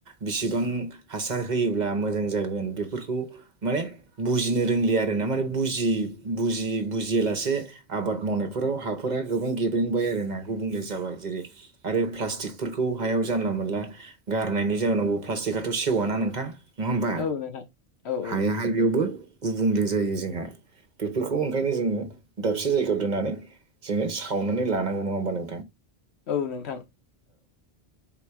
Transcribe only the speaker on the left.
औ नोंथां औ औ
औ नोंथां